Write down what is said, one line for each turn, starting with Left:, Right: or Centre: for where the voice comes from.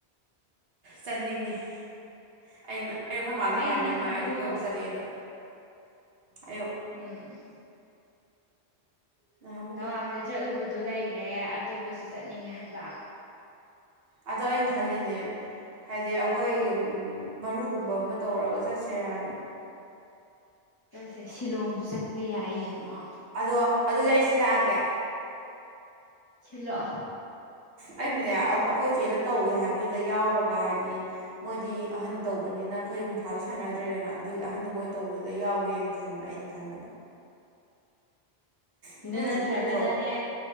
Right: ꯆꯠꯅꯤꯡꯉꯤ ꯑꯩꯅ ꯑꯩꯅ ꯑꯩꯈꯣꯏ ꯃꯥꯗ
Left: ꯑꯩꯗꯤ
Right: ꯍꯥꯏꯕꯅꯤ
Left: ꯅꯍꯥꯟꯃꯨꯛ
Right: ꯃꯥ ꯑꯩꯁꯨ ꯀꯣꯏꯕ ꯆꯠꯀꯦꯅ ꯍꯥꯏ
Left: ꯎꯝ
Right: ꯅꯍꯥꯟꯃꯨꯛ
Left: ꯇꯋꯥꯡꯗ
Right: ꯀꯩ
Left: ꯆꯠꯂꯨꯕꯗꯣ ꯂꯩꯔꯦ ꯑꯇꯣꯞꯄꯁꯨ ꯆꯠꯅꯤꯡꯉꯦ ꯍꯥꯏꯕ
Right: ꯑꯗꯣ ꯑꯩ ꯈꯜꯂꯤꯅꯦ ꯍꯥꯏꯗꯤ ꯑꯩꯈꯣꯏ ꯃꯔꯨꯞ ꯒꯨꯝꯕ ꯑꯃ ꯇꯧꯔꯒ ꯆꯠꯁꯦꯔꯥ ꯍꯥꯏꯅ
Left: ꯁꯠꯁꯦ ꯁꯤꯂꯣꯡꯖꯨ ꯆꯠꯄ ꯌꯥꯏ ꯌꯦꯡꯉꯣ
Right: ꯑꯗꯣ ꯑꯗꯨꯗꯤ ꯑꯩ ꯁꯤꯜꯂꯛꯑꯒꯦ
Left: ꯁꯤꯜꯂꯛꯑꯣ
Right: ꯑꯩꯅꯅꯦ ꯑꯩꯈꯣꯏ ꯆꯦꯅ ꯇꯧꯋꯦ ꯍꯥꯏꯕꯗꯨꯗ ꯌꯥꯎꯔꯒ ꯍꯥꯏꯗꯤ ꯃꯣꯏꯗꯤ ꯑꯍꯟꯅ ꯇꯧꯕꯅꯤꯅ ꯅ ꯑꯩꯈꯣꯏ ꯃꯊꯥꯗꯣ ꯁꯥꯟꯅꯗ꯭ꯔꯦꯗꯅ ꯑꯗꯨꯒꯤ ꯑꯍꯟꯅ ꯃꯣꯏ ꯇꯧꯕꯗꯨꯗ ꯌꯥꯎꯒꯦꯅ ꯈꯟꯕ ꯑꯩꯅ ꯈꯟꯕꯅ ꯑꯗꯨꯅꯁꯨ
Left: ꯑꯗꯨ ꯅꯠꯇ꯭ꯔꯒꯅꯅꯦ
Right: ꯀꯣꯝꯗ꯭ꯔꯣ